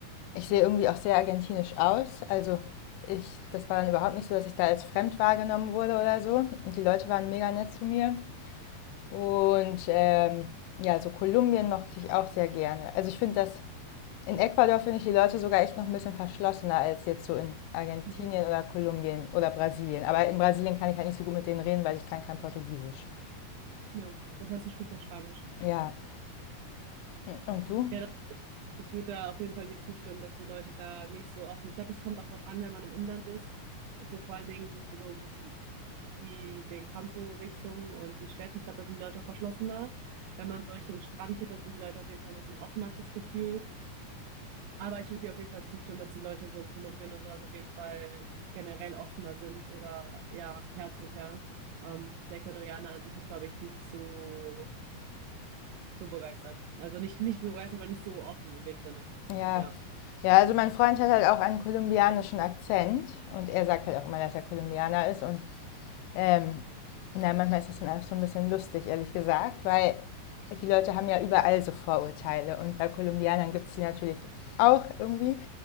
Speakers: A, on the left; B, on the right.
A: Ich sehe irgendwie auch sehr argentinisch aus. Also ich, das war dann überhaupt nicht so, dass ich da als fremd wahrgenommen wurde oder so. Und die Leute waren mega nett zu mir. Und ähm, ja, so Kolumbien mochte ich auch sehr gerne. Also ich finde das, in Ecuador finde ich die Leute sogar echt noch ein bisschen verschlossener als jetzt so in Argentinien
B: Mhm.
A: oder Kolumbien oder Brasilien. Aber in Brasilien kann ich halt nicht so gut mit denen reden, weil ich kann kein Portugiesisch.
B: Ja, okay. Das heißt, du sprichst auch Spanisch.
A: Ja, und du?
B: Ja, Ich würde da auf jeden Fall dir zustimmen, dass die Leute da nicht so offen. Ich glaube, es kommt auch darauf an, wenn man im Inland ist. So vor allen Dingen so die den Campo-Richtung und die Städte. Ich glaube, da sind die Leute auch verschlossener. Wenn man so Richtung Strand geht, da sind die Leute auf jeden Fall ein bisschen offen, habe ich das Gefühl. Aber ich würde dir auf jeden Fall zustimmen, dass die Leute so in Kolumbien oder sowas auf jeden Fall generell offener sind oder ja, herzlicher. Ähm, der Ecuadorianer an sich ist, glaube ich, nicht so so begeistert. Also nicht nicht begeistert, aber nicht so offen in dem Sinne.
A: Ja.
B: Ja.
A: Ja, also mein Freund hat halt auch einen kolumbianischen Akzent und er sagt halt auch immer, dass er Kolumbianer ist und ähm, na, manchmal ist das dann auch so ein bisschen lustig, ehrlich gesagt, weil die Leute haben ja überall so Vorurteile und bei Kolumbianern gibt es die natürlich auch irgendwie.